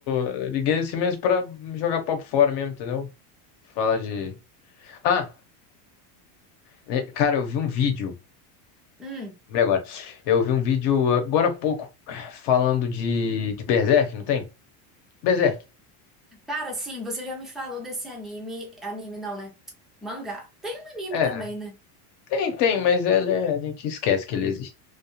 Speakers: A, on the left; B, in the centre.
A: eu liguei assim mesmo pra jogar papo fora mesmo, entendeu? Falar de... Ah, né, cara, eu vi um vídeo,
B: Hum,
A: lembrei agora. Eu vi um vídeo agora há pouco falando de, de Berserk, não tem? Berserk.
B: cara, sim, você já me falou desse anime. Anime não, né? Mangá. Tem um anime
A: É,
B: também, né?
A: tem, tem, mas ele é- a gente esquece que ele existe.